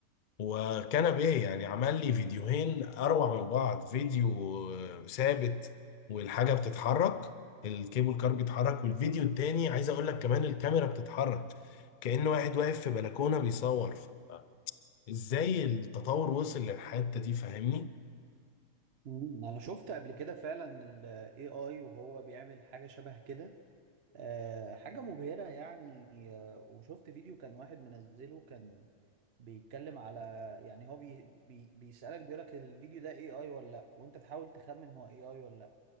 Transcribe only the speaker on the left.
وكنبيه يعني عمل لي فيديوهين اروع من بعض فيديو آه، ثابت والحاجه بتتحرك الكيبل كار بيتحرك والفيديو التاني عايز اقول لك كمان الكاميرا بتتحرك كأنه واحد واقف في بلكونه بيصور ف- ازاي التطور وصل للحته دي فاهمني